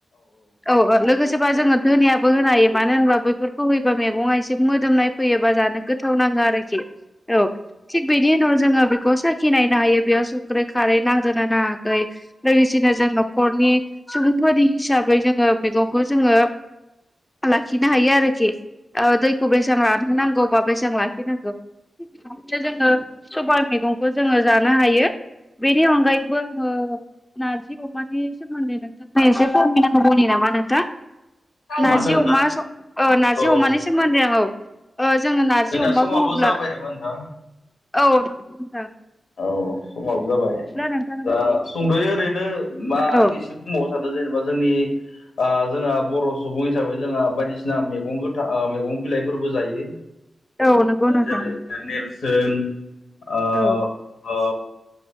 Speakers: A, on the left; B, on the left.
A: औ औ लोगोसे सोरबा जोङो धोनियो होनो हायो मानो होनबा बैफोरखौ होयोबा मैगङा एसे मोदोमनाय फैयो बा जानो गोथाव नां ङो आरोखि, औ थिग बिनि उनाव जोङो बेखौ साखिनायनो हायो । बेयाव संख्रै, खारै नांदोना नाङाखै लोगोसेनो जों न'खरनि सुबुंफोरनि हिसाब बै जोङो मैगंखौ जोङो लाखिनो हायो आरोखि । ओ दैखौ बेसेबां रानहोनांगौ बा बेसां लाखिनांगौ । जोङो सबाइ मैगंखौ जोङो जानो हायो बेनि अनगायैबो ओ नारजि अमानि सोमोन्दै नोंथां एसे फोरमायना होबावनि नामा नोंथां? नारजि
B: मा होनदों नोंथां
A: अमा औ नार्जि
B: औ औ
A: अमानि सोमोन्दै औ औ जोङो नार्जि
B: जोंनिया
A: अमा
B: समाबो
A: बुङोब्ला
B: जाबाय नामा नोंथां
A: औ नोंथां
B: औ समाबो जाबाय
A: बिदिब्ला नोंथां
B: दा
A: जोंनि
B: सुंद'यो ओरैनो मा आं
A: औ
B: एसे बुंबावनो सानदों जेनेबा जोंनि जोंहा बर' सुबुं हिसाबै जोंहा बायदिसिना मैगं गोथां मैगं बिलाइफोरबो जायो
A: औ नंगौ नोंथां
B: जेरै नेरसोन ओ
A: औ
B: ओ